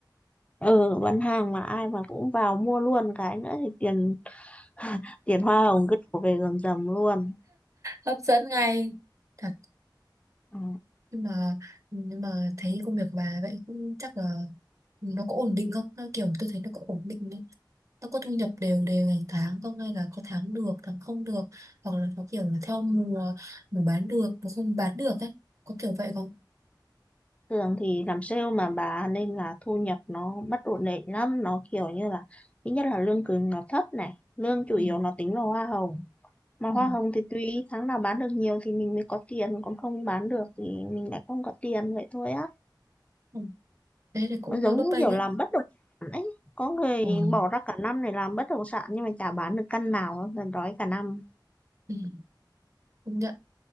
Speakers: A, on the left; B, on the right.
A: ờ bán hàng mà ai mà cũng vào mua luôn cái nữa thì tiền <laughs> tiền hoa hồng cứ đổ về rầm rầm luôn
B: hấp dẫn ngay Thật.
A: ừ.
B: nhưng mà nhưng mà thấy công việc của bà vậy cũng chắc là nó có ổn định không nó kiểu tôi thấy nó có ổn định đấy nó có thu nhập đều đều hàng tháng không hay là có tháng được tháng không được hoặc là có kiểu là theo mùa mùa bán được mùa không bán được ấy có kiểu vậy không
A: thường thì làm sale mà bà nên là thu nhập nó bất ổn định lắm nó kiểu như là thứ nhất là lương cứng nó thấp này lương chủ
B: ừ.
A: yếu nó tính là hoa hồng mà
B: Ừ.
A: hoa hồng thì tùy tháng nào bán được nhiều thì mình mới có tiền còn không bán được thì mình lại không có tiền vậy thôi á
B: Ừ. thế thì cũng
A: Nó giống
B: hơi bấp
A: như
B: bênh
A: kiểu làm
B: ấy
A: bất động sản ấy. Có người
B: ừ.
A: bỏ ra cả năm để làm bất động sản nhưng mà chả bán được căn nào, là đói cả năm.
B: Ừ. công nhận